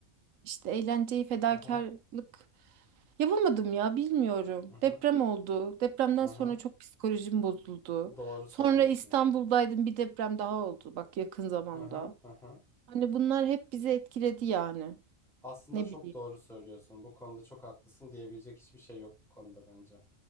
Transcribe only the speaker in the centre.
Aha,
aha,
aha.
Doğru söylüyorsun.
Aha, aha.
Aslında
çok
doğru söylüyorsun. Bu konuda çok haklısın diyebilecek hiçbir şey yok bu konuda bence.